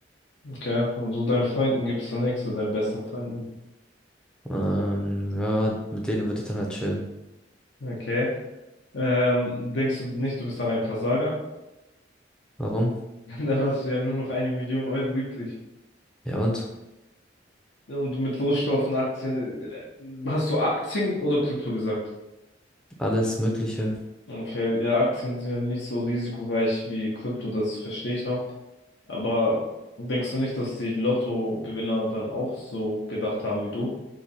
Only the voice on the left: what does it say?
Okay. Und so deinen Freunden gibst du nichts, so deinen besten Freunden.
Okay. Ähm, denkst du nicht, du bist dann ein Versager?
<laughs> Dann hast du ja nur noch eine Million Euro übrig.
Und mit Rohstoffen, Aktien, äh, hast du Aktien oder Krypto gesagt?
Okay, ja, Aktien sind ja nicht so risikoreich wie Krypto, das verstehe ich noch. Aber denkst du nicht, dass die Lottogewinner dann auch so gedacht haben wie du?